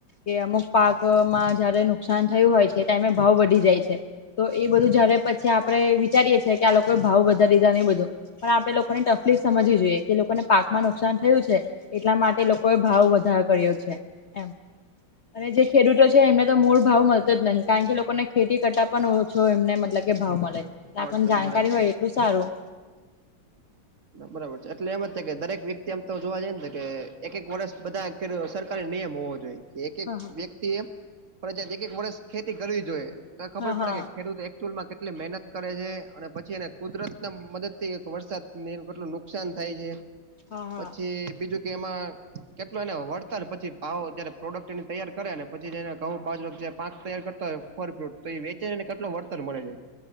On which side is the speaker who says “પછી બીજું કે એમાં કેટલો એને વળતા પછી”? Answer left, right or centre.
Right